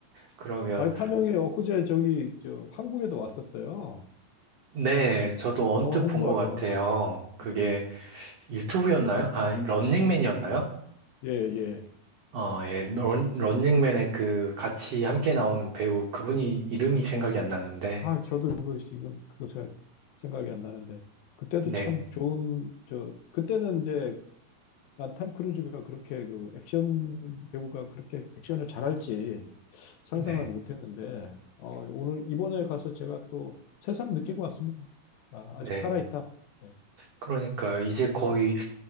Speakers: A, on the right; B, on the left.
A: 그러면,
B: 아니 탐영이 엊그제 저기 저 한국에도 왔었어요.
A: 네, 저도 언뜻
B: 영화 홍보하러.
A: 본 것 같아요. 그게
B: 예.
A: 유튜브였나요? 아, 런닝맨이었나요?
B: 예, 예.
A: 어, 예, 런, 런닝맨의 그 같이 함께 나오는 배우 그분이 이름이 생각이 안 나는데,
B: 아, 저도 그 이건 그거 제가 생각이 안 나는데 그때도
A: 네,
B: 참 좋은 저 그때는 이제 난 탐 크루즈가 그렇게 그 액션 배우가 그렇게 액션을 잘할지 상상을
A: 네,
B: 못했는데 어, 오늘 이번에 가서 제가 또 새삼 느끼고 왔습니다. 아, 아직
A: 네.
B: 살아있다. 네.
A: 그러니까 이제 거의